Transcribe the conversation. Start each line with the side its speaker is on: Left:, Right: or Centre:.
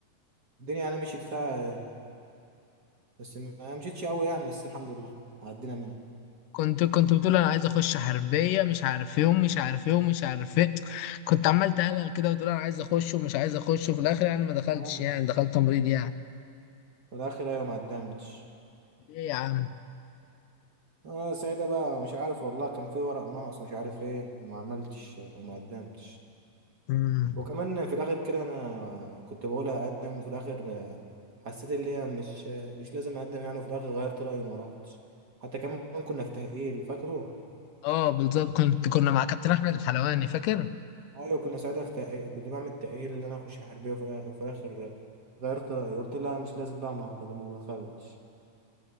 Right: الدنيا يعني مشيت فيها بس ما مشيتش قوي يعني بس الحمد لله عدينا منها
Left: كنت كنت بتقول انا عايز اخش حربيه مش عارف ايه ومش عارف ايه ومش عارف ايه كنت عمال تهلل كده وتقول انا عايز اخش ومش عايز اخش وفي الاخر يعني ما دخلتش
Right: اه
Left: يعني دخلت تمريض يعني
Right: في الاخر ايوه ما قدمتش
Left: ليه يا عم
Right: اه ساعتها بقى مش عارف والله كان في ورق ناقص مش عارف ايه وما عملتش وما قدمتش
Left: امم
Right: وكمان في الاخر كده انا كنت بقول هقدم وفي الاخر آه، حسيت اللي هي مش آه، مش لازم اقدم يعني وفي الاخر غيرت رايي وما رحتش حتى كمان كنا في تاهيل فاكره
Left: اه بالظبط كنت كنا مع كابتن احمد الحلواني فاكر
Right: ايوه كنا ساعتها في تاهيل كنت بعمل تاهيل ان انا اخش الحربيه وفي الآ- وفي الاخر آه، غيرت رايي قلت لا مش لازم بقى ما ما دخلتش